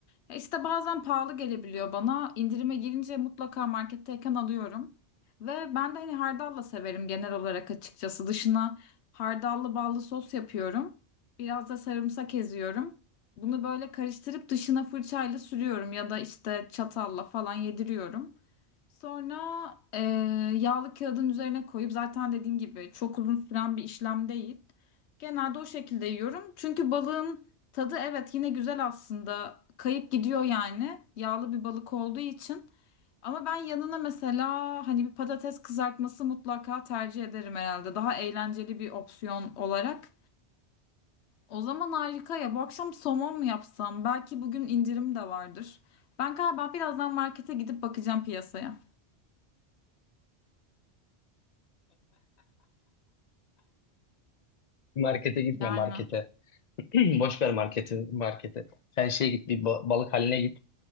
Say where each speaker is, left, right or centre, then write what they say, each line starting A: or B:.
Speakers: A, on the left; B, on the left.
A: Ya işte bazen pahalı gelebiliyor bana. İndirime girince mutlaka marketteyken alıyorum. Ve ben de hani hardalla severim genel olarak açıkçası. Dışına hardallı ballı sos yapıyorum. Biraz da sarımsak eziyorum. Bunu böyle karıştırıp dışına fırçayla sürüyorum ya da işte çatalla falan yediriyorum. Sonra e, yağlı kağıdın üzerine koyup zaten dediğim gibi çok uzun süren bir işlem değil. Genelde o şekilde yiyorum. Çünkü balığın tadı evet yine güzel aslında. Kayıp gidiyor yani. Yağlı bir balık olduğu için. Ama ben yanına mesela hani bir patates kızartması mutlaka tercih ederim herhalde. Daha eğlenceli bir opsiyon olarak. O zaman harika ya. Bu akşam somon mu yapsam? Belki bugün indirim de vardır. Ben galiba birazdan markete gidip bakacağım piyasaya.
B: Markete gitme
A: Yani.
B: markete. <clears throat> Boş ver marketi, marketi. Sen şeye git bir ba- balık haline git.